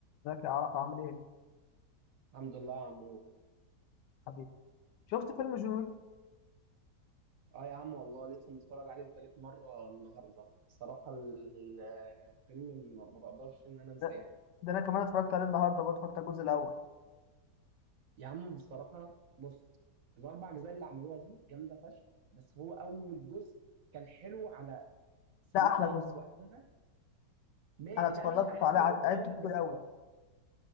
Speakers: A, on the left (about 80°); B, on the right (about 65°).
A: ازيك يا عرفة عامل ايه
B: الحمد لله يا عمور
A: حبيبي شفت فيلم جنون
B: اه يا عم والله لسه متفرج عليه لتالت مرة النهاردة بصراحة ال- الفيلم ما ما بقدرش ان انا انساه
A: ده, ده انا كمان اتفرجت عليه النهارده برضه اتفرجت على الجزء الاول
B: يا عم بصراحة بص الاربع اجزاء اللي عملوها دي جامدة فشخ بس هو اول جزء كان حلو على سنتها
A: ده احلى جزء
B: وفي وقتها ما
A: انا
B: لا
A: اتفرجت
B: مش احسن
A: عليه عد-
B: جزء
A: عدته
B: قوي
A: كتير
B: بس
A: قوي
B: هو